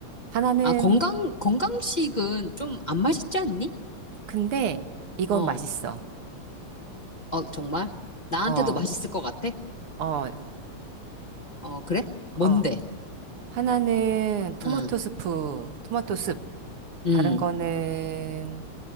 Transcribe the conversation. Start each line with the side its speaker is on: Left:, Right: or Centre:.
Right: 하나는,
Left: 아, 건강, 건강식은 좀 안 맛있지 않니?
Right: 근데 이건
Left: 어,
Right: 맛있어.
Left: 어, 정말? 나한테도
Right: 어,
Left: 맛있을 것 같아?
Right: 어,
Left: 어, 그래? 뭔데?
Right: 어. 하나는 토마토
Left: 응,
Right: 스프, 토마토 숲.
Left: 음.
Right: 다른 거는